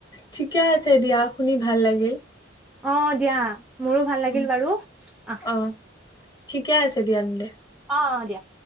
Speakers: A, on the left; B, in the centre.
A: ঠিকে আছে দিয়া শুনি ভাল লাগিল।
B: অ দিয়া। মোৰো ভাল লাগিল
A: উম
B: বাৰু অঁ।
A: অ ঠিকে আছে দিয়া তেন্তে।
B: অ অ দিয়া।